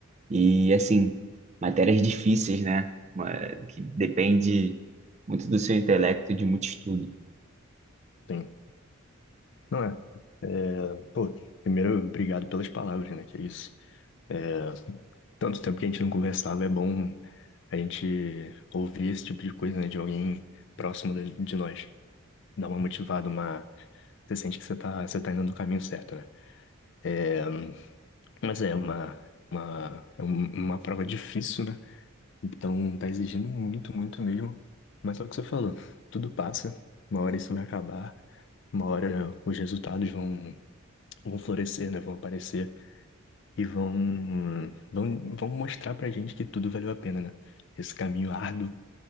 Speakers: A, on the right; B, on the left.
A: E assim, matérias difíceis, né? Uma- Que depende muito do seu intelecto e de muito estudo.
B: Sim. Não é? É, pô, primeiro, obrigado pelas palavras, né? Que é isso. É, tanto tempo que a gente não conversava, é bom a gente ouvir esse tipo de coisa, né? De alguém próximo de, de nós. Dá uma motivada, uma. Você sente que você tá, você tá indo no caminho certo, né? É, mas é uma, uma, é um- uma prova difícil, né? Então tá exigindo muito, muito mesmo. Mas é o que você falou, tudo passa, uma hora isso vai acabar, uma hora os resultados vão, vão florescer, né? Vão aparecer e vão, vão, vão mostrar pra gente que tudo valeu a pena, né? Esse caminho árduo,